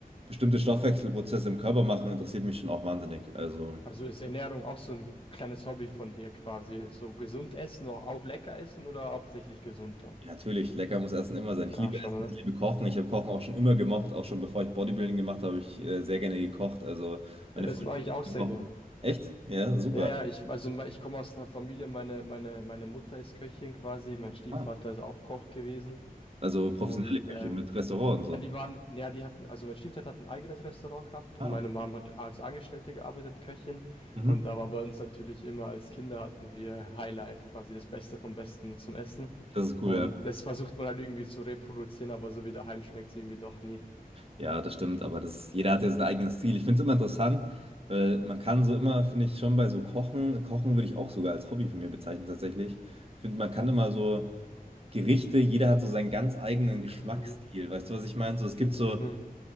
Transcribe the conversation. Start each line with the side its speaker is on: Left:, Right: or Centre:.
Right: bestimmte Stoffwechselprozesse im Körper machen, interessiert mich schon auch wahnsinnig. Also
Left: Also ist Ernährung auch so ein kleines Hobby von dir quasi. So gesund essen, auch auch lecker essen oder hauptsächlich gesund dann?
Right: Ja, natürlich, lecker muss Essen immer sein. Ich
Left: Ja,
Right: liebe
Left: schon,
Right: Essen,
Left: oder?
Right: ich liebe Kochen. Ich habe Kochen auch schon immer gemocht, auch schon bevor ich Bodybuilding gemacht habe, habe ich äh, sehr gerne gekocht. Also meine
Left: Ja, das
Right: Freundin
Left: mache
Right: und
Left: ich
Right: ich
Left: auch
Right: gekocht.
Left: sehr gern.
Right: Echt? Ja, super.
Left: Ja, ja, ich, also me- ich komme aus einer Familie, meine, meine, meine Mutter ist Köchin quasi, mein Stiefvater
Right: Ah.
Left: ist auch Koch gewesen.
Right: Also professionelle
Left: Und äh,
Right: Köche mit Restaurant und
Left: Ja,
Right: so.
Left: die waren, ja, die hatten, also mein Stiefvater hat ein eigenes Restaurant gehabt
Right: Ah,
Left: und meine
Right: okay.
Left: Mom hat als Angestellte gearbeitet, Köchin.
Right: Mhm.
Left: Und da war bei uns natürlich immer als Kinder hatten wir Highlife, quasi das Beste vom Besten zum Essen.
Right: Das ist cool,
Left: Und
Right: ja.
Left: das versucht man halt irgendwie zu reproduzieren, aber so wie daheim schmeckt es irgendwie doch nie.
Right: Ja, das stimmt, aber das ist, jeder hat ja sein eigenes Ziel. Ich finde es immer interessant, weil man kann so immer, finde ich, schon bei so Kochen, Kochen würde ich auch sogar als Hobby für mich bezeichnen tatsächlich. Ich finde, man kann immer so Gerichte, jeder hat so seinen ganz eigenen Geschmacksstil.
Left: Mhm.
Right: Weißt du, was ich meine? So, es gibt so
Left: Mhm.